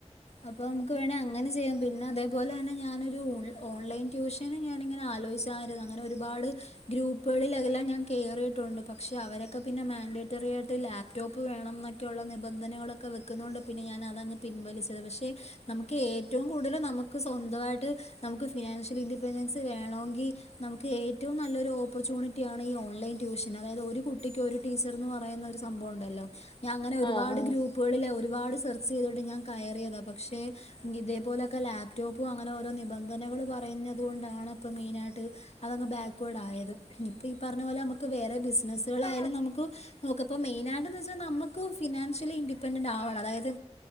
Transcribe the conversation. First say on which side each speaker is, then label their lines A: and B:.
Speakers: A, on the left; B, on the left.
A: അപ്പൊ നമുക്ക് വേണെ അങ്ങനെ ചെയ്യാം. പിന്നെ അതേപോലെ തന്നെ ഞാനൊരു ഓൺലൈൻ ട്യൂഷൻ <unintelligible> ഞാനിങ്ങനെ ആലോചിച്ചാരുന്നു അങ്ങനെ ഒരുപാട് ഗ്രൂപ്പുകളിതിലെല്ല കേറിയിട്ടുണ്ട്. പക്ഷെ അവരൊക്കെ പിന്നെ മാൻഡേറ്ററി ആയിട്ട് ലാ പ്ടോപ്പ് വേണം എന്നൊക്കെയുള്ള നിബന്ധനളൊക്കെ വെ ക്കുന്നൊണ്ട് പിന്നെ ഞാൻ അതങ്ങ് പിൻവലിച്ചത്. പക്ഷെ നമുക്ക് ഏറ്റവും കൂടുതൽ നമുക്ക് സ്വന്തമായിട്ട്, നമുക്ക് ഫിനാൻഷ്യൽ ഇൻഡിപെൻഡൻസ് വേണോങ്കി നമുക്ക് ഏറ്റവും നല്ലൊരു ഓപ്പർച്യണിറ്റിയാണ് ഈ ഓൺലൈൻ ട്യൂഷൻ. അതായത് ഒരു കുട്ടിക്ക് ഒരു ടീച്ചർന്ന് പറയുന്ന ഒരു സംഭവം ഉണ്ടല്ലോ. ഞാൻ അങ്ങനെ ഒരുപാട്
B: ആഹ് ആഹ്
A: ഗ്രൂപ്പുകളിൽ ഒരുപാട് സെർച്ച് ചെയ്തിട്ട് ഞാൻ കയറിയതാ. പക്ഷെ ഇതേപോലെക്കെ ലാ പ്ടോപ്പും അങ്ങനെ ഓരോ നിബന്ധനകൾ പറഞ്ഞതു കൊണ്ടാണ് ഇപ്പം മെയിനായിട്ട് അതങ്ങ് ബാക്ക്വേഡ് ആയത്. ഇപ്പൊ ഈ പറഞ്ഞ പോലെ നമുക്ക് വേറെ ബിസിനസ്സുകളായാലും
B: ആ
A: നമുക്ക് നോക്ക. ഇപ്പ മെയിനായിട്ട് നമുക്ക് ഫിനാൻഷ്യലി ഇൻഡിപെൻഡന്റ് ആവണം. അതായത്